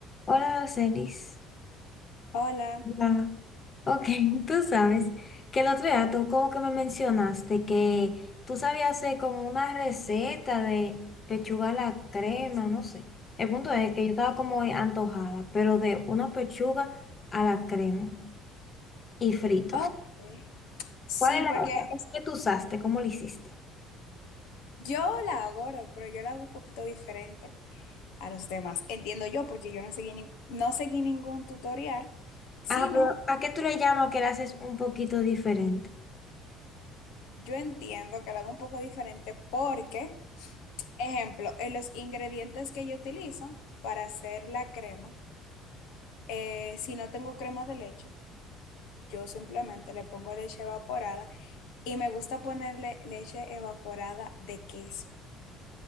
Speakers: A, on the left (about 20°); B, on the left (about 80°).
A: Hola, Celis.
B: Hola.
A: Hola. Ok, <laughs> tú sabes que el otro día tú como que me mencionaste que tú sabías hacer como una receta de pechuga a la crema, no sé. El punto es que yo estaba como antojada, pero de una pechuga a la crema y fritos.
B: Ok. Sí,
A: ¿Cuál era
B: porque
A: esa
B: es-
A: que tú usaste? ¿Cómo lo hiciste?
B: yo la hago, ¿verdad? pero yo la hago un poquito diferente a los demás. Entiendo yo, porque yo no seguí, nin- no seguí ningún tutorial, sino
A: Ah, pero ¿a qué tú le llamas que la haces un poquito diferente?
B: yo entiendo que la hago un poco diferente porque, ejemplo, en los ingredientes que yo utilizo para hacer la crema, eh, si no tengo crema de leche, yo simplemente le pongo leche evaporada y me gusta ponerle leche evaporada de queso.